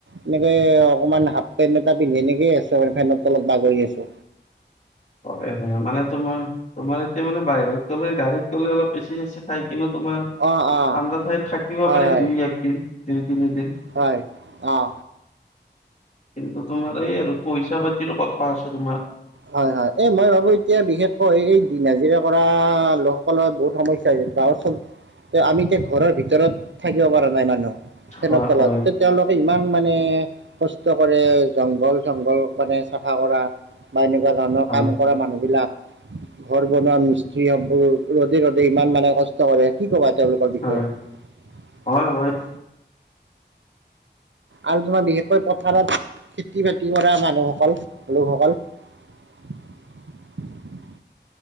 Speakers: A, on the right; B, on the left.
A: অনেকে অকমান হাপপেন্ত পিন্ধি, এনেকে আছো মানে। ফেন তলত বাগৰি আছো।
B: হয়-হয়। মানে তোমাৰ, তোমাৰ এতিয়া মানে বাহিৰত গলে' গাড়ীত গলে অলপ এচি চেছি পাই কিন্তু
A: অ অ হয় হয়
B: <unintelligible>
A: হয়। অহ।
B: কিন্তু তোমাৰ এই আৰু, পইচা পাতিৰো কথা আছে তোমাৰ।
A: হয়, হয়। এই মই ভাবো এতিয়া বিশেষকৈ, এই দিন হাজিৰা কৰা লোকসকলৰ বহুত সমস্যা হৈছে। <unintelligible> তে, আমি এতিয়া ঘৰৰ ভিতৰত থাকিব পৰা নাই মানুহ। ফেন
B: হয়
A: তলতে।
B: হয়
A: তেওঁলোকে ইমান মান মানে কষ্ট কৰে, জংঘল-চংঘল মানে চফা কৰা বা এনেকুৱা ধৰণৰ
B: হয়
A: কাম কৰা মানুহ বিলাক ঘৰ বনোৱা মিস্ত্ৰী সমোহ, ৰ'দে-ৰ'দে ইমান মানে কষ্ট কৰে, কি ক'বা তেওঁলোকৰ বিষয়ে।
B: হয়
A: তেওঁ
B: হয় হয়
A: আৰু তোমাৰ বিশেষকৈ পথাৰত খেতি- বাতি কৰা মানু্হসকল লোকসকল <inaudible>